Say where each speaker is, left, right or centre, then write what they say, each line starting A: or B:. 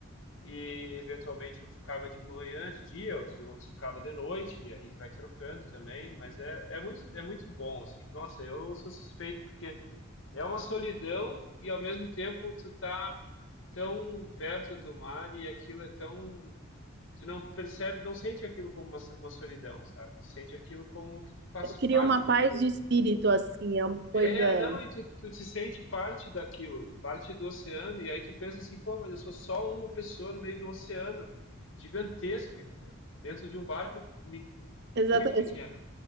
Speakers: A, on the left; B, on the right.
A: e eventualmente um ficava de manhã, de dia, outro, outro ficava de noite, e aí vai trocando também, mas é, é muito, é muito bom, assim. Nossa, eu sou suspeito porque é uma solidão e ao mesmo tempo tu tá tão perto do mar e aquilo é tão tu não percebe, não sente aquilo como uma, uma solidão, sabe? Tu sente aquilo como que tu faz parte
B: Cria uma
A: daquilo.
B: paz de espírito, assim, é uma
A: É,
B: coisa.
A: não, e tu, tu te sente parte daquilo, parte do oceano, e aí tu pensa assim, pô, mas eu sou só uma pessoa no meio do oceano, gigantesco, entendeu? Dentro de um barco mi-
B: Exata...
A: muito pequeno,